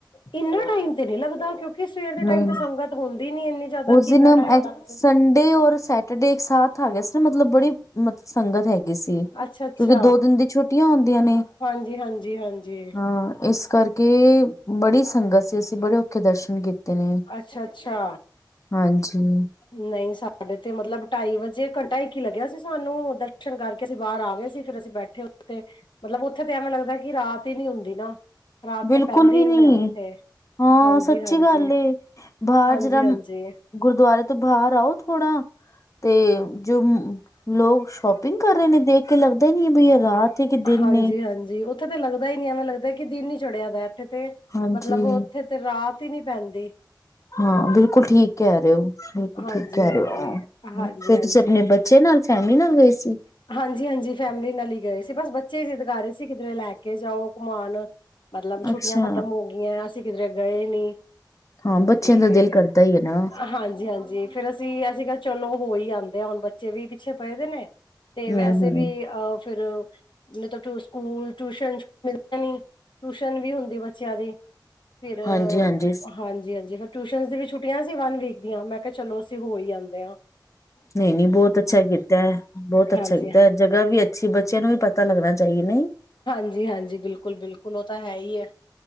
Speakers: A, on the left; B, on the left.
A: ਇੰਨਾ ਟਾਈਮ ਤੇ ਨਹੀਂ ਲੱਗਦਾ ਕਿਉਂਕਿ ਸਵੇਰ ਦੇ ਟਾਈਮ
B: ਨਹੀਂ
A: ਤਾਂ ਸੰਗਤ ਹੁੰਦੀ ਨੀ ਐਨੀ ਜ਼ਿਆਦਾ
B: ਉਸ
A: ਕਿ
B: ਦਿਨ
A: ਇਨਾ ਟਾਈਮ ਲੱਗ ਜੇ।
B: ਸੰਡੇ ਔਰ ਸੈਟਰਡੇ <unintelligible> ਮਤਲਬ ਬੜੀ ਮਤ ਸੰਗਤ ਹੈਗੀ। ਏਸੀ
A: ਅੱਛਾ ਅੱਛਾ
B: ਕਿਉਂਕਿ ਦੋ ਦਿਨ ਦੀ ਛੁੱਟੀਆਂ ਹੁੰਦੀਆਂ ਨੇ,
A: ਹਾਂਜੀ ਹਾਂਜੀ ਹਾਂਜੀ
B: ਹਾਂ ਇਸ ਕਰਕੇ ਬੜੀ ਸੰਗਤ ਸੀ ਅਸੀਂ ਬੜੇ ਔਖੇ ਦਰਸ਼ਨ ਕੀ ਤੇ ਨੇ
A: ਅੱਛਾ ਅੱਛਾ
B: ਹਾਂਜੀ।
A: ਨਹੀਂ ਸਾਡੇ ਤੇ ਮਤਲਬ ਢਾਈ ਵਜੇ ਘੰਟਾ ਇਕ ਹੀ ਲੱਗਿਆ ਸੀ ਸਾਨੂੰ ਦਰਸ਼ਨ ਕਰਕੇ ਅਸੀਂ ਬਾਹਰ ਆ ਗਏ ਫਿਰ ਅਸੀਂ ਬੈਠੇ ਉਤੇ ਮਤਲਬ ਉੱਥੇ ਤੇ ਐਵੇਂ ਲੱਗਦਾ ਕਿ ਰਾਤ ਹੀ ਨੀ ਹੁੰਦੀ ਨਾ। ਰਾਤ
B: ਬਿਲਕੁਲ
A: ਤੇ ਪੈਂਦੀ
B: ਵੀ ਨੀ
A: ਆ ਉੱਥੇ
B: ਹਾਂ
A: ਹਾਂਜੀ
B: ਸੱਚੀ
A: ਹਾਂਜੀ
B: ਗੱਲ ਏ। ਬਾਹਜਰਮ
A: ਹਾਂਜੀ ਹਾਂਜੀ
B: ਗੁਰਦੁਆਰੇ ਤੋਂ ਬਾਹਰ। ਆਓ ਥੋੜਾ ਤੇ ਜੁਮ ਲੋਕ ਸ਼ੋਪਿੰਗ ਕਰ ਰਹੇ ਨੇ ਦੇਖ ਕੇ ਲੱਗਦਾ ਈ ਨਹੀਂ ਬਈ ਅ ਰਾਤ ਏ ਕੇ ਦਿਨ
A: ਹਾਂਜੀ-ਹਾਂਜੀ
B: ਏ।
A: ਉੱਥੇ ਤੇ ਲੱਗਦਾ ਹੀ ਨੀ ਐਵੇਂ ਲੱਗਦਾ ਏ ਕਿ ਦਿਨ ਹੀ ਚੜ੍ਹਿਆ ਪਿਆ ਇੱਥੇ ਤੇ
B: ਹਾਂਜੀ
A: ਮਤਲਬ ਉੱਥੇ ਤੇ ਰਾਤ ਈ ਨੀ ਪੈਂਦੀ।
B: ਹਾਂ, ਬਿਲਕੁਲ ਠੀਕ ਕਹਿ ਰਹੇ ਹੋ ਬਿਲਕੁਲ
A: ਹਾਂਜੀ-ਹਾਂਜੀ,
B: ਠੀਕ ਕਹਿ ਰਹੇ ਹੋ, ਆ
A: ਹਾਂਜੀ-ਹਾਂਜੀ।
B: ਫਿਰ ਤੁਸੀਂ ਆਪਣੇ ਬੱਚੇ ਨਾਲ ਫੈਮਲੀ ਨਾਲ ਗਏ ਸੀ।
A: ਹਾਂਜੀ ਹਾਂਜੀ, ਫੈਮਿਲੀ ਨਾਲ ਹੀ ਗਏ ਸੀ ਬਸ ਬੱਚੇ ਜਿੱਦ ਕਰ ਰਹੇ ਸੀ ਕਿਧਰੇ ਲੈ ਕੇ ਜਾਓ। ਘੁੰਮਾਣ ਮਤਲਬ ਛੁੱਟੀਆਂ
B: ਅੱਛਾ
A: ਖ਼ਤਮ ਹੋ ਗਈਆਂ ਅ ਅਸੀਂ ਕਿਧਰੇ ਗਏ ਨੀ।
B: ਹਾਂ ਬੱਚਿਆਂ
A: ਤੇ,
B: ਦਾ ਦਿਲ ਕਰਦਾ ਹੀ ਹੈ ਨਾ
A: ਹਾਂਜੀ ਹਾਂਜੀ। ਫਿਰ ਅਸੀਂ ਅਸੀਂ ਕਿਹਾ ਚਲੋ ਹੋਈ ਆਂਦੇ ਆ ਹੁਣ ਬੱਚੇ ਵੀ ਪਿੱਛੇ ਪਏ ਦੇ ਨੇ। ਤੇ
B: ਹਮ
A: ਵੈਸੇ
B: ਹਮ
A: ਵੀ ਅਹ ਫਿਰ ਨਹੀਂ ਤਾਂ ਸਕੂਲ ਟਿਊਸ਼ਨ 'ਚ ਮਿਲਣੇ ਨੀ। ਟਿਊਸ਼ਨ ਵੀ ਹੁੰਦੀ ਬੱਚਿਆਂ ਦੀ ਫਿਰ
B: ਹਾਂਜੀ ਹਾਂਜੀ
A: ਹਾਂਜੀ ਹਾਂਜੀ ਫੇ ਟਿਊਸ਼ਨਸ ਦੀ ਵੀ ਛੁੱਟੀਆਂ ਸੀ ਵਨ ਵੀਕ ਦੀਆਂ ਮੈਂ ਕਿਹਾ ਚਲੋ ਅਸੀਂ ਹੋ ਹੀ ਆਂਦੇ ਆ।
B: ਨਹੀਂ ਨਹੀਂ ਬਹੁਤ ਅੱਛਾ ਕੀਤਾ। ਬਹੁਤ ਅੱਛਾ
A: ਹਾਂਜੀ
B: ਕੀਤਾ ਅ ਜਗ੍ਹਾ ਵੀ ਅੱਛੀ ਬੱਚਿਆਂ ਨੂੰ ਵੀ ਪਤਾ ਲੱਗਣਾ ਚਾਈਏ ਨਹੀਂ।
A: ਹਾਂਜੀ ਹਾਂਜੀ, ਬਿਲਕੁਲ ਬਿਲਕੁਲ ਉਹ ਤਾਂ ਹੈ ਹੀ ਆ।